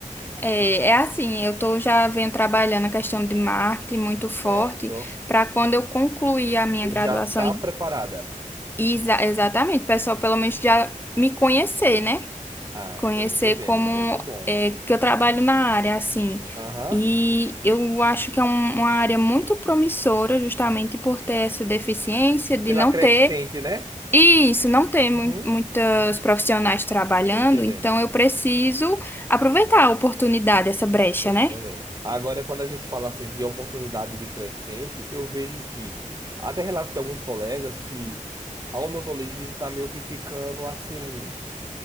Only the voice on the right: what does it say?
Certo.
Já tá
preparada.
Ah,
tô entendendo.
Muito bom.
Aham.
Pela
crescente,
né?
Uhum.
Tô entendendo.
Tô entendendo.
Agora, quando a gente fala assim de oportunidade de crescente, eu vejo que até relatos de alguns colegas que a odontologia está meio que ficando assim.